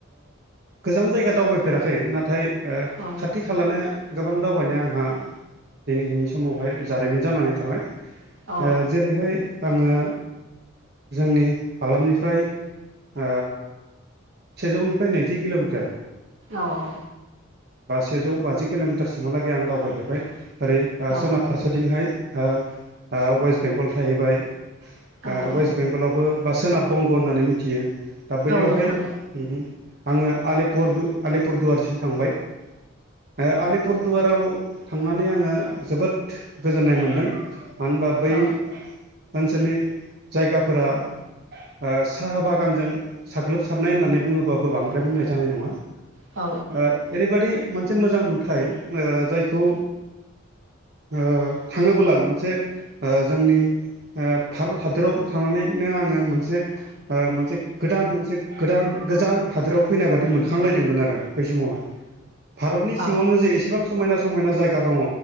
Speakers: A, on the right (about 50°); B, on the right (about 70°).
A: गोजान जायगा दावबायफेराखै नाथाय ओ खाथि
B: औ
A: आथिखालानो गोबां दावबायनाया आंहा दिनैनि समावहाय जारिमिन जानानै थाबाय।
B: औ
A: ओ जेरैहाय आङो जोंनि हालामनिफ्राय ओ सेजौनिफ्राय नैजि किल'मिटार
B: औ औ
A: बा सेजौ बाजि किल'मिटारसिमहालागै आं दावबायफेरबाय ओरै
B: औ
A: सोनाब फारसेथिंहाय ओ वेस्ट बेंगल थाहैबाय ओ
B: औ
A: वेस्ट बेंगलावबो बा सोनाब बंग' होननानै मिथियो दा बैयावहाय
B: औ नोंथां
A: उमहु आङो आलिपुर आलिपुरदुवारसिम थांबाय ओ आलिपुरदुवाराव थांनानै आङो जोबोद गोजोननाय मोनदों। मानो होनबा बै
B: औ
A: ओनसोलनि जायगाफोरा ओ साहा बागानजों साग्लोबसारनाय होननानै बुङोबाबो बांद्राय बुंनाय जानाय नङा।
B: औ
A: ओ ओरैबायाददि मोनसे मोजां नुथ ओ जायखौ ओ थाङोबोला मोनसे ओ जोंनि ओ भारत हादोराव थानानैनो आङो मोनसे ओ मोनसे गोदान मोनसे गोदान गोजान हादोराव फैनाय बादि मोनखांलायदोंमोन आरो बै समावहाय भारतनि सिङावनो
B: औ
A: जे एसेबां समायना समायना जायगा दङ